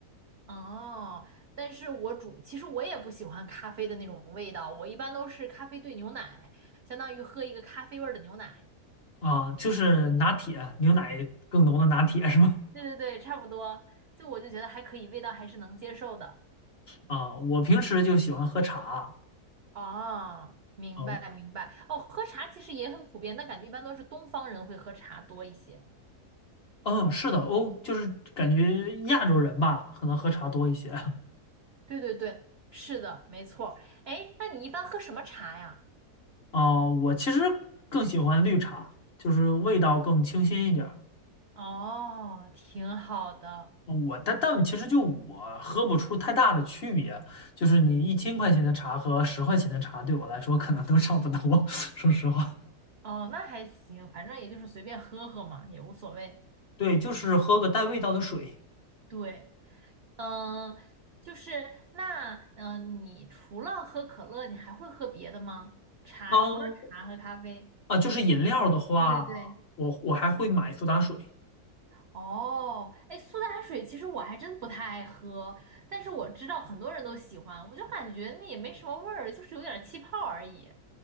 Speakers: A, on the right; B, on the left.
A: 哦，但是我煮，其实我也不喜欢咖啡的那种味道，我一般都是咖啡兑牛奶，相当于喝一个咖啡味儿的牛奶。
B: 啊，就是拿铁，牛奶更浓的拿铁是吧？
A: 对对对，差不多，就我就觉得还可以，味道还是能接受的。
B: 啊，我平时就喜欢喝茶。
A: 哦，明白明白。
B: 啊，
A: 哦，喝茶其实也很普遍，但感觉一般都是东方人会喝茶多一些。
B: 嗯，是的，欧就是感觉亚洲人吧，可能喝茶多一些。<laughs>
A: 对对对，是的，没错儿。哎，那你一般喝什么茶呀？
B: 啊、我其实更喜欢绿茶，就是味道更清新一点儿。
A: 哦，挺好的。
B: 嗯我但但其实就我喝不出太大的区别，就是你一千块钱的茶和十块钱的茶对我来说可能都差不多，<laughs> 说实话。
A: 哦，那还行，反正也就是随便喝喝嘛，也无所谓。
B: 对，就是喝个带味道的水。
A: 对。嗯，就是那，嗯，你除了喝可乐，你还会喝别的吗？茶，
B: 哦，
A: 除了茶和咖啡。
B: 啊，就是饮料的话，
A: 对对对。
B: 我我还会买苏打水。
A: 哦，哎，苏打水其实我还真不太爱喝，但是我知道很多人都喜欢，我就感觉那也没什么味儿，就是有点儿气泡而已。